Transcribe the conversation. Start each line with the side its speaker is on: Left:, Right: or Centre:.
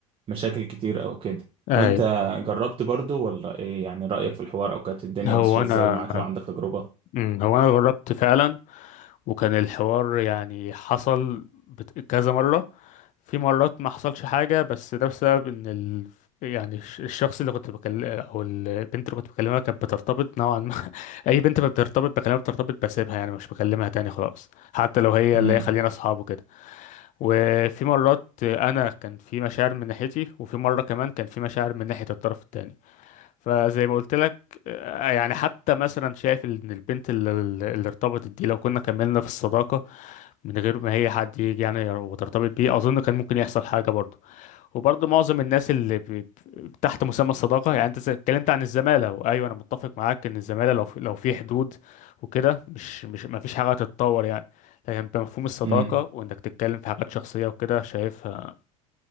Right: مشاكل كتير أو كده
Left: اي
Right: وأنت جربت برضو ولا إيه يعني رأيك في الحوار أو كانت الدنيا
Left: هو
Right: ماشية
Left: انا
Right: إزاي معاك لو عندك تجربة
Left: امم هو انا جربت فعلا وكان الحوار يعني حصل بت... كذا مرة في مرات ما حصلش حاجة بس ده بسبب ان ال... يعني الش- الشخص اللي كنت بكلم او البنت اللي كنت بكلمها كانت بترتبط نوعا ما اي بنت ما بترتبط بكلامه بترتبط بسيبها يعني مش بكلمها تاني خلاص حتى لو هي
Right: امم
Left: اللي هي خلينا اصحاب وكده وفي مرات انا كان في مشاعر من ناحيتي وفي مره كمان كان في مشاعر من ناحيه الطرف التاني فزي ما قلت لك آه، يعني حتى مثلا شايف ان البنت اللي, اللي ارتبطت دي لو كنا كملنا في الصداقه من غير ما هي حد يجي يعني وترتبط بيه اظن كان ممكن يحصل حاجه برضه وبرضه معظم الناس اللي ب... ب- تحت مسمى الصداقة يعني انت ز- اتكلمت عن الزمالة وايوه انا متفق معاك ان الزمالة لو في... لو في حدود وكده مش مش ما فيش حاجة تتطور يعني لكن بمفهوم الصداقة
Right: امم
Left: وانك تتكلم في حاجات شخصية وكده شايفها